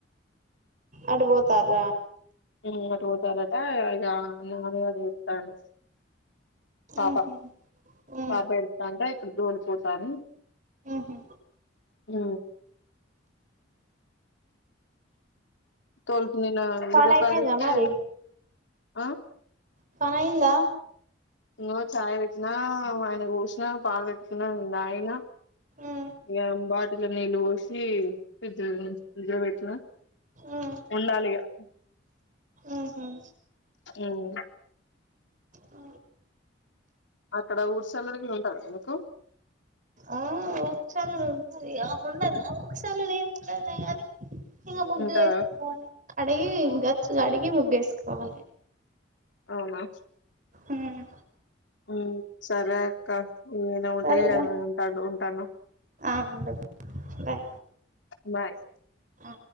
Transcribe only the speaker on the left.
ఉ అటుపోతారటా ఇగ నుపొతె ఇత్తాను. పాప
పాప ఎడుత్తాంటె పొని పోతాను
ఉ తోల్పు నిన్న వీడియో
కాల్ చేస్తే
ఆ
ఇగో చాయ్ పెట్టినా ఆయనకు పోసిన పాలు పెట్టుకున్న నేను దాగిన
ఇగ బాటిలో నీళ్ళు పోసి ఫ్రిడ్జ్ లో పెట్న
ఉండాలి కదా
ఉమ్
అక్కడ ఊడ్ సెల్లర కూడా ఉంటాదా ఎందుకు
ఉంటదా
అవునా
ఉమ్ సరే అక్క నేను వంటయే
ఉంట ఉంటాన్నం
బాయ్